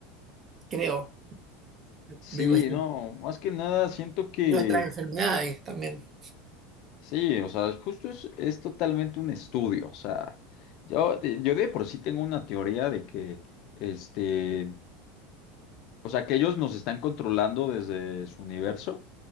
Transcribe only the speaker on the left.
Sí,
no, más que nada siento que
Sí, o sea, justo es, es totalmente un estudio. O sea, yo, de- yo de por sí tengo una teoría de que, este, o sea, que ellos nos están controlando desde su universo